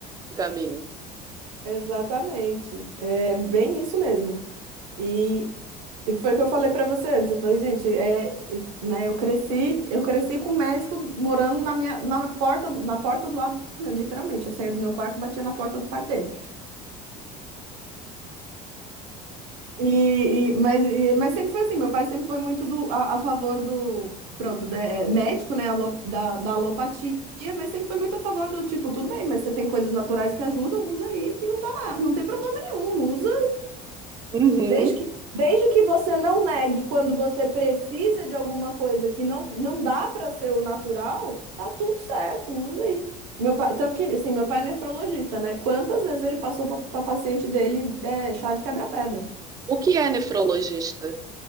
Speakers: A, on the right; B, on the right.
A: no caminho.
B: exatamente. É bem isso mesmo. E e foi o que eu falei pra você antes. Eu falei, gente, é, e- né, eu cresci, eu cresci com um médico morando na minha, na porta, na porta do lado, né, literalmente. Eu saía do meu quarto, batia na porta do quarto dele. E, e- mas, e- mas sempre foi assim, meu pai sempre foi muito do, a, a favor do, pronto, da- é, médico, né, alo- da, da alopatia, mas sempre foi muito a favor do tipo, tudo bem, mas você tem coisas naturais que ajudam, usa aí que não dá nada, não tem problema nenhum, usa.
A: Uhum.
B: Desde que, desde que você não negue quando você precisa de alguma coisa que não, não dá para ser o natural, tá tudo certo, usa aí. Meu pai, tanto que, assim, meu pai é nefrologista, né? Quantas vezes ele passou para paciente dele é, chá de quebra-pedra?
A: O que é nefrologista?